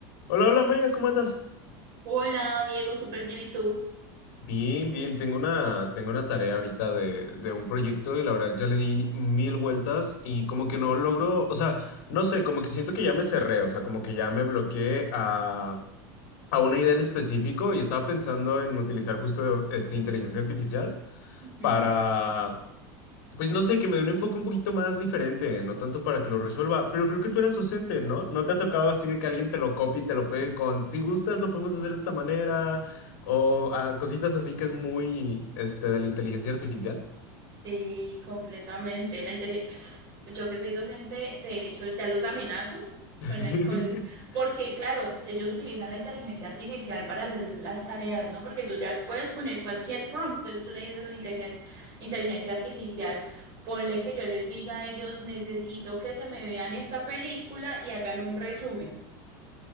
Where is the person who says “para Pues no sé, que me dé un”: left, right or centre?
Left